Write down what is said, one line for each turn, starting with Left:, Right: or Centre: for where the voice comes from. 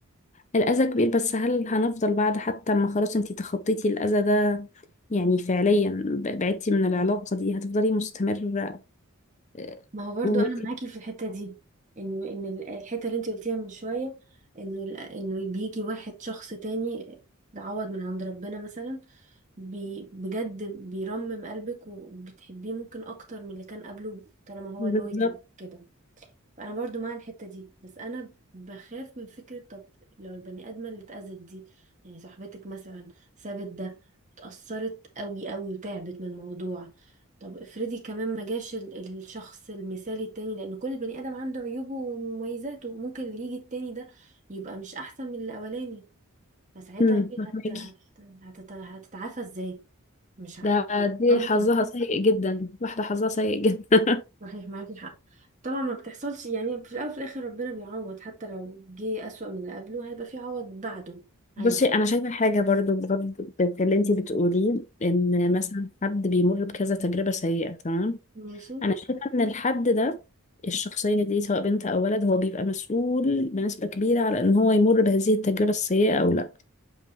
Left: الأذى كبير بس هل هنفضل بعد حتى ما خلاص انتي تخطيتي الأذى ده يعني فعليا ب- بعدتي من العلاقة دي هتفضلي مستمرة آه،
Right: ما هو برضو
Left: وانتي
Right: انا معاكي في الحته دي انه ان ال- الحته اللي انت قلتيها من شويه انه ال- انه بيجي واحد شخص تاني تعوض من عند ربنا مثلا بي بجد بيرمم قلبك وبتحبيه ممكن اكتر من اللي كان قبله طالما هو
Left: بالظبط
Right: لويال كده انا برضو مع الحتة دي بس انا بخاف من فكرة طب لو البني ادمة اللي اتأذت دي يعني صاحبتك مثلا سابت ده اتأثرت قوي قوي وتعبت من الموضوع طب افرضي كمان ما جاش ال- الشخص المثالي التاني لان كل بني ادم عنده عيوبه ومميزاته ممكن اللي يجي التاني ده يبقى مش احسن من الاولاني فساعتها
Left: مم،
Right: هي
Left: فهماكي
Right: هت... هت... هتت... هتتعافى ازاي مش عارفة
Left: ده دي
Right: مخيف
Left: حظها سيء جدا واحدة حظها سيء جدا
Right: صحيح معاكي حق طبعا ما بتحصلش يعني في الاول وفي الاخر ربنا بيعوض حتى لو جه اسوأ من اللي قبله هيبقى في عوض بعده
Left: <laughs>
Right: عادي
Left: بصي أنا شايفة حاجة برضو بغض في اللي انتي بتقوليه إن مثلا حد بيمر بكذا تجربة سيئة تمام
Right: ماشي
Left: انا شايفه ان الحد ده الشخصيه دي سواء بنت او ولد هو بيبقى مسؤول بنسبه كبيره على ان هو يمر بهذه التجربه السيئه او لا